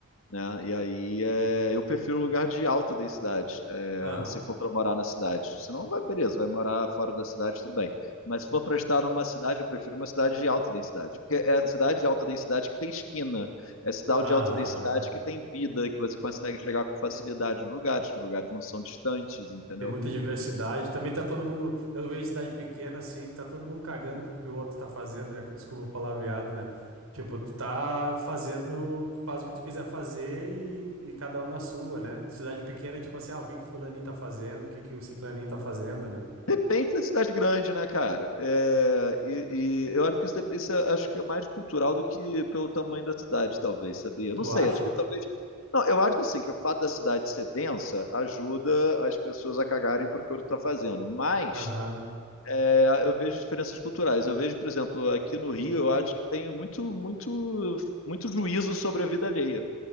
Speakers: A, on the left; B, on the right.
A: né? E aí é, eu prefiro lugar de alta densidade. é,
B: Aham.
A: se for para morar na cidade. Senão, vai, beleza, vai morar fora da cidade, tudo bem. Mas se for para estar numa cidade, eu prefiro uma cidade de alta densidade. Porque é a cidade de alta densidade que tem esquina, é a cidade
B: Aham.
A: de alta densidade que tem vida, que você consegue chegar com facilidade nos lugares, que os lugares não são distantes, entendeu?
B: Tem muita diversidade. Também tá todo mundo. Eu vejo cidade pequena assim, tá todo mundo cagando porque que o outro tá fazendo, né? Com Desculpa o palavreado, né? Tipo, tu tá fazendo, faz o que tu quiser fazer e, e cada um na sua, né? Cidade pequena é tipo assim, ah, o que que o fulaninho tá fazendo? O que que o ciclaninho tá fazendo, né?
A: Tem que ser cidade grande, né, cara? É, e, e eu acho que isso, é- isso é, acho que é mais cultural do que pelo tamanho da cidade, talvez, sabia? Eu
B: Tu
A: Não sei,
B: acha?
A: acho que talvez. Não, eu acho assim que o fato da cidade ser densa ajuda as pessoas a cagarem pro que o outro tá fazendo. Mas
B: Aham.
A: é, eu vejo diferenças culturais. Eu vejo, por exemplo, aqui no Rio, eu acho que tem muito, muito, muito juízo sobre a vida alheia.